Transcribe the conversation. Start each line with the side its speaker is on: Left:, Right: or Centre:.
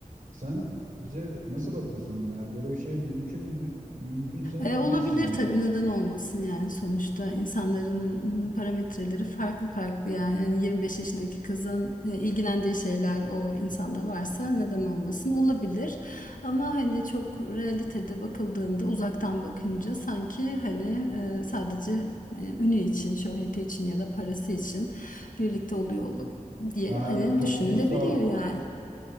Right: Sence nasıl bakıyorsun buna yani böyle bir şey mümkün mü? Mümkünse
Left: E, olabilir
Right: nasıl mümkün?
Left: tabii neden olmasın yani sonuçta insanların parametreleri farklı farklı yani, yani 25 yaşındaki kızın e, ilgilendiği şeyler o insanda varsa neden olmasın olabilir ama hani çok realitede bakıldığında uzaktan bakınca sanki hani e, sadece e, ünü için şöhreti için ya da parası için birlikte oluyor olup diye
Right: Yani
Left: hani
Right: toplumsal
Left: düşünülebiliyor yani.